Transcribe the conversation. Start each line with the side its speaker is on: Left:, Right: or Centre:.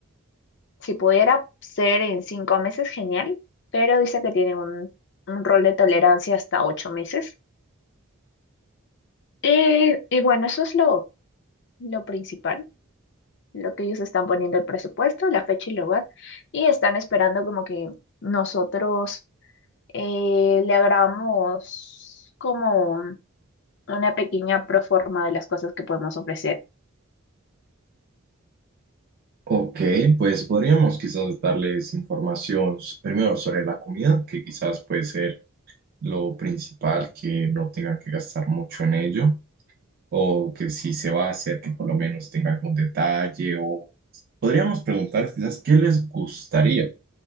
Left: Si pudiera ser en cinco meses, genial, pero dice que tienen un, un rol de tolerancia hasta ocho meses. Y, y bueno, eso es lo, lo principal, lo que ellos están poniendo el presupuesto, la fecha y lugar, y están esperando como que nosotros eh, le hagamos como una pequeña proforma de las cosas que podemos ofrecer.
Right: Ok, pues podríamos quizás darles información s- primero sobre la comida, que quizás puede ser lo principal, que no tengan que gastar mucho en ello, o que si se va a hacer, que por lo menos tenga algún detalle, o podríamos preguntar quizás qué les gustaría.